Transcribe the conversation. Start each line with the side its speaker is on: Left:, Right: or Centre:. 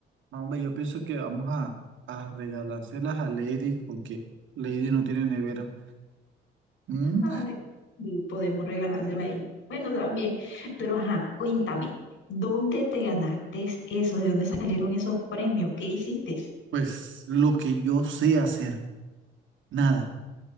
Right: No, Hombre, yo pienso que vamos a, a regalárselas a Lady porque Lady no tiene nevera. Mm,
Left: Ay, y podemos regalársela a ella. Bueno, también. Pero ajá, cuéntame, ¿dónde te ganaste eso? ¿De dónde salieron esos premios? ¿Qué hiciste?
Right: Pues lo que yo sé hacer, nada.